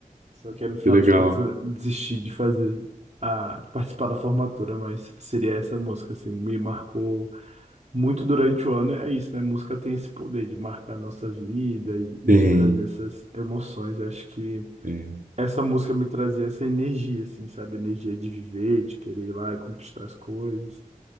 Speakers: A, on the right; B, on the right.
A: Só que aí, no final
B: que legal.
A: das contas eu desisti de fazer a de participar da formatura, mas seria essa música, assim, me marcou muito durante o ano. É isso, né? Música tem esse poder de marcar a nossa vida e
B: Tem,
A: e de trazer essas emoções. Eu acho que
B: tem.
A: essa música me trazia essa energia, assim, sabe? Energia de viver, de querer ir lá e conquistar as coisas.